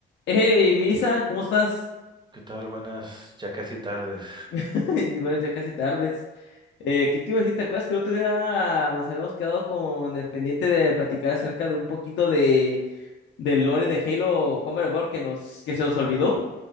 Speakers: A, on the left; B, on the right.
A: Hey, Misa, ¿cómo estás?
B: ¿Qué tal? Buenas, ya casi tardes.
A: <laughs> Y Buenas ya casi tardes. Eh, ¿qué te iba a decir? ¿Te acuerdas que el otro día nos habíamos quedado con el pendiente de platicar acerca de un poquito de del lore de Halo Combat Evolved que nos que se nos olvidó?